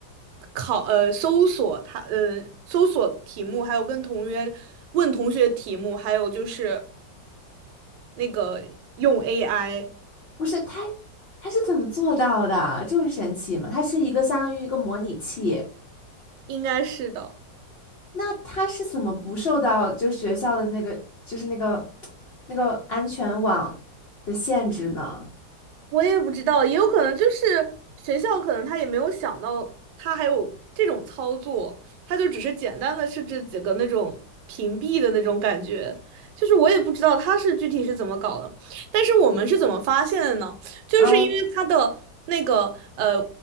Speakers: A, on the right; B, on the left.
A: 考呃搜索它呃搜索题目，还有跟同学问同学题目，还有就是那个用 AI，
B: 不是他，他是怎么做到的？就是神奇嘛，它是一个相当于一个模拟器。
A: 应该是的。
B: 那他是怎么不受到就是学校的那个就是那个那个安全网的限制呢？
A: 我也不知道，也有可能就是学校可能他也没有想到他还有这种操作，他就只是简单的设置几个那种屏蔽的那种感觉，就是我也不知道他是具体是怎么搞的，但是我们是怎么发现的呢？就是因为他的那个呃
B: 嗯